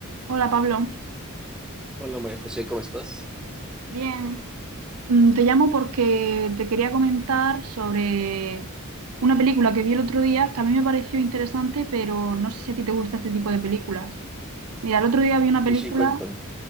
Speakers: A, on the right; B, in the centre.
A: Hola Pablo,
B: Hola María José, ¿cómo estás?
A: bien. Mm, Te llamo porque te quería comentar sobre una película que vi el otro día que a mí me pareció interesante, pero no sé si a ti te gusta este tipo de películas. Mira, el otro día vi una película,
B: Sí, sí, cuéntame.